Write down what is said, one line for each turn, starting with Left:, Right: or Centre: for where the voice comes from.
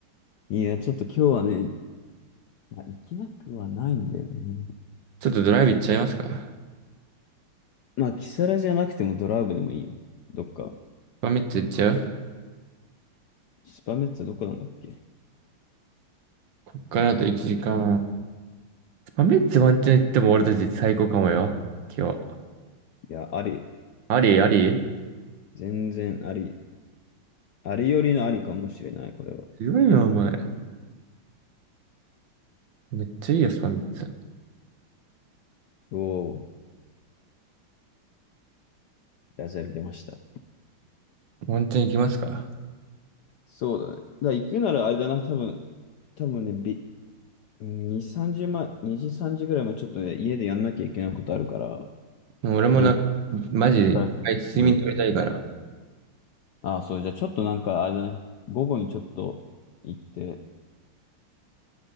Left: いや、ちょっと今日はね、まあ、行きなくはないんだよね。
Right: ちょっとドライブ行っちゃいますか。
Left: まあ、キサラじゃなくてもドライブでもいいよ。どっか。
Right: スパメッツ行っちゃう
Left: スパメッツァどこなんだっけ
Right: こっからだと1時間。スパメッツワンチャン行っても俺たち最高かもよ。今日。
Left: いや、あり。
Right: ありあり
Left: 全然あり。ありよりのありかもしれない、これは。
Right: 強いな、お前。めっちゃいいよ、スパメッツ。
Left: おお、ダジャレ出ました。
Right: ワンチャン行きますか。
Left: そうだね。だから行くならあれだな、多分、多分ね、び、2、3時前、2時、3時ぐらいまでちょっとね、家でやんなきゃいけないことあるから、
Right: もう俺もなんか、
Left: 4時
Right: マジで一回睡眠取りたいから。
Left: から、うん。ああ、そう、じゃあちょっとなんか、あれだね。午後にちょっと行って、